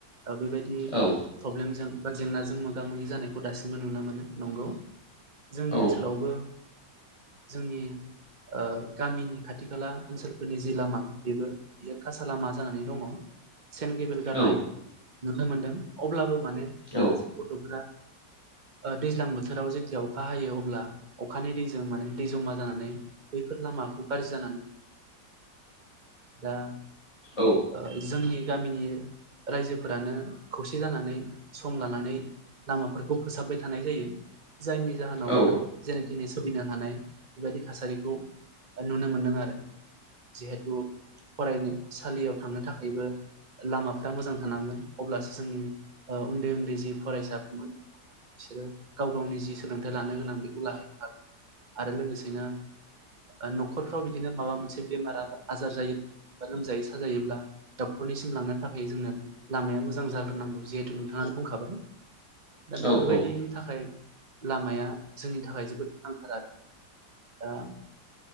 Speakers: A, on the right; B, on the left.
A: ओ बेबायदि
B: औ
A: प्रब्लेमजों बा जेंनाजों मोगा मोगि जानायखौ दासिमबो नुनो मोनो नंगौ। जोंनि
B: औ
A: ओनसोलावबो जोंनि ओ गामिनि खाथि खाला ओनसोलफोरनि जि लामा बेबो बेयो खासा लामा जानानै दङ। सेन्द गेबिल गारनाय
B: औ
A: नुनो मोनदों अब्लाबो माने
B: औ
A: गथ'फोरा <inaudible> ओ दैज्लां बोथोराव जेथिया अखा हायो अब्ला अखानि दैजों माने दै जमा जानानै बैफोर लामाखौ गाज्रि जानानै <unintelligible> दा
B: औ
A: ओ जोंनि गामिनि रायजोफोरानो खौसे जानानै सम लानानै लामाफोरखौ फोसाबबाय थानाय जायो। जायनि जाहोनाव
B: औ
A: दा जेने तेने सोलिनो हानाय बेबायदि थासारि गौ नुनो मोनदों आरो जिहेथु फरायनोसालियाव थांनो थाखायबो लामाफोरा मोजां थानांगोन अब्लासो जोंनि ओ उन्दै उन्दै जि फरायसा <unintelligible> सोरो गाव गावनि जि सोलोंथाइ लानो गोनां बेखौ लाहैनो हागोन। आरो लोगोसेनो ओ न'खरफ्राव बिदिनो माबा मोनसे बेमार आजार जायो बा लोमजायो साजायोब्ला डक्टरनिसिम लांनो थाखाय जोंनो लामाया मोजां जाग्रोनांगौ जिहेथु नोंथाङा बुंखाबाय दा बेफोरबायदिनि
B: औ
A: थाखाय लामाया जोंनि थाखाय जोबोद गोनांथार आरो दा